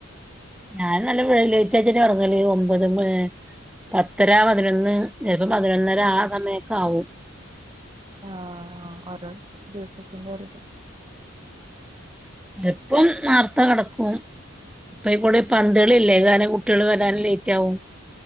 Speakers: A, in the centre; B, on the right.
A: ഞാൻ നല്ല വെയ് ലെയ്തായിട്ടേന്നെ ഉറങ്ങല് ഒമ്പത് മേ പത്തര പതിനൊന്ന് ചെലപ്പോ പതിനൊന്നര ആ സമയൊക്കെ ആവും.
B: ആ ഓരോ ദിവസത്തിന്റെ ഇത്
A: ചെപ്പം ന്നാർത്തെ കെടക്കും. ഇപ്പയ്ക്കൂടെ പന്തള്ളി ഇല്ലേ കാരണം കുട്ടികള് വരാന് ലേയ്റ്റാവും.